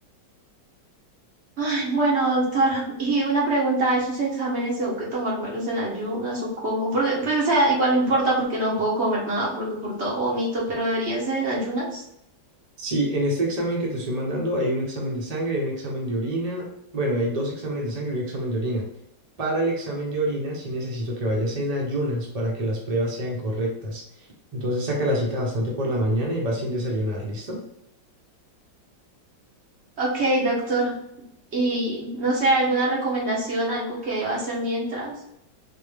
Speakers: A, on the right; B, on the right.
A: Ay, bueno, doctor, y una pregunta, ¿esos exámenes tengo que tomármelos en ayunas o cómo? Porque, pues, o sea, igual no importa porque no puedo comer nada, porque por todo vomito, pero debería ser en ayunas.
B: Sí, en este examen que te estoy mandando hay un examen de sangre, hay un examen de orina. Bueno, hay dos exámenes de sangre y un examen de orina. Para el examen de orina sí necesito que vayas en ayunas para que las pruebas sean correctas. Entonces saca la cita bastante por la mañana y vas sin desayunar, ¿listo?
A: Ok, doctor. Y no sé, alguna recomendación, algo que deba hacer mientras.